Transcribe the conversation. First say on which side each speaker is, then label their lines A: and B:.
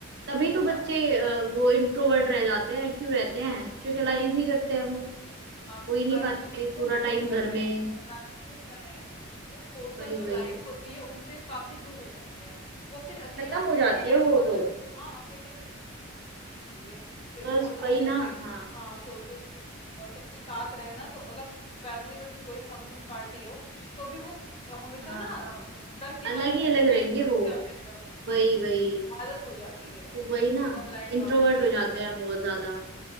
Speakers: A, on the right (about 50°); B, on the left (about 25°).
A: तभी
B: है
A: तो
B: ना
A: बच्चे अ, वो इंट्रोवर्ट रह जाते हैं क्यों रहते हैं सोशलाइज नहीं करते हैं वो
B: हाँ सोशलाइजेशन
A: हो ही नहीं पाते
B: से वो
A: पूरा
B: दूर
A: टाइम
B: हो जाते
A: घर में
B: हैं ऑनलाइन में क्या है कि वो सोशल
A: वही
B: जो
A: वही
B: लाइफ होती है उनसे काफी दूर हो जाते हैं वो फिर अकेला
A: खत्म
B: अकेला
A: हो जाती
B: ही रहना
A: है वो
B: पसंद
A: तो
B: हाँ अकेले अकेले रहना ही पसंद करेंगे फिर
A: बस
B: वो ना
A: वही
B: जैसे
A: ना हाँ
B: हाँ सोचो कि अ, सबके साथ रहना तो अगर फैमिली में भी कोई फंक्शन पार्टी हो तो भी वो हमेशा
A: हाँ
B: ना अ, दरकिनारे
A: अलग
B: रहेंगे
A: ही अलग रहेंगे वो
B: एकदम एकदम
A: वही
B: मतलब
A: वही
B: आदत हो जाती है
A: तो वही ना
B: ऑनलाइन वालों
A: इंट्रोवर्ट
B: की
A: हो जाते हैं बहुत ज्यादा